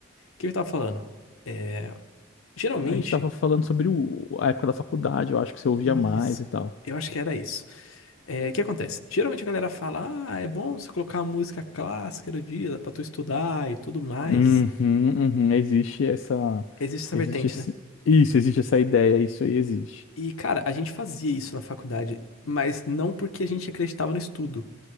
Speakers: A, on the left; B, on the left.
A: que eu tava falando? É. Geralmente.
B: A gente tava falando sobre o- a época da faculdade, eu acho que você ouvia
A: Isso.
B: mais e tal.
A: Eu acho que era isso. É, o que acontece? Geralmente a galera fala, ah, é bom você colocar música clássica do dia, dá pra tu estudar e tudo mais.
B: Uhum, uhum, existe essa,
A: Existe essa
B: existe
A: vertente,
B: esse,
A: né?
B: isso, existe essa ideia, isso aí existe.
A: E, cara, a gente fazia isso na faculdade, mas não porque a gente acreditava no estudo.